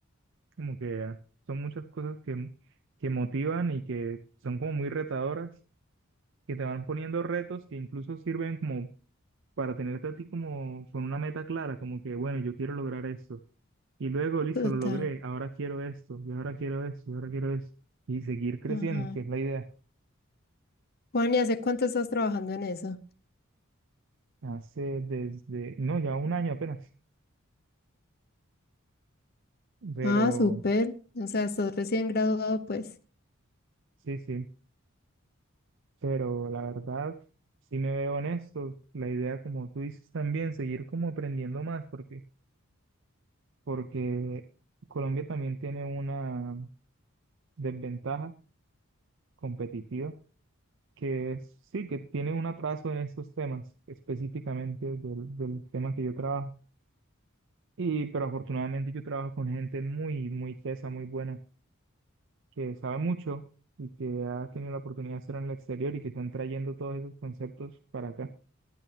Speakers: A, on the right (about 60°); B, on the left (about 45°).
A: como que ah, son muchas cosas que, que motivan y que son como muy retadoras, que te van poniendo retos que incluso sirven como para tenerte a ti como con una meta clara, como que, bueno, yo quiero lograr esto. Y luego, listo,
B: Total.
A: lo logré, ahora quiero esto, y ahora quiero esto, y ahora quiero esto. Y seguir creciendo,
B: Ajá.
A: que es la idea.
B: Juan, ¿y hace cuánto estás trabajando en eso?
A: Hace desde, no, ya un año apenas, pero
B: Ah, súper. O sea, estás recién graduado, pues.
A: sí, sí, pero la verdad, sí me veo en esto. La idea, como tú dices también, seguir como aprendiendo más, porque, porque Colombia también tiene una desventaja competitiva que es- sí, que tienen un atraso en estos temas, específicamente del, del tema que yo trabajo. Y, pero afortunadamente yo trabajo con gente muy, muy tesa, muy buena, que sabe mucho y que ha tenido la oportunidad de estar en el exterior y que están trayendo todos esos conceptos para acá,